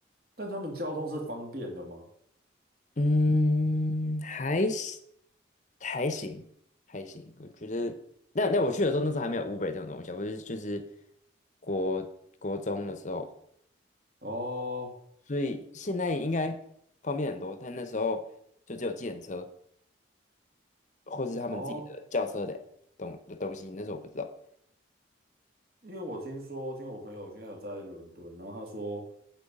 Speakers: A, on the right (about 50°); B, on the left (about 40°).
A: 但他们交通是方便的吗？
B: 嗯，还行还行，还行，我觉得那那我去的时候，那时候还没有 Uber 这种东西啊，我是就是国国中的时候，
A: 哦
B: 所以现在应该方便很多，但那时候就只有计程车或是他们自己的轿车的东的东西，
A: 哦，
B: 那时候我不知道。
A: 因为我听说，听我朋友现在有在伦敦，然后他说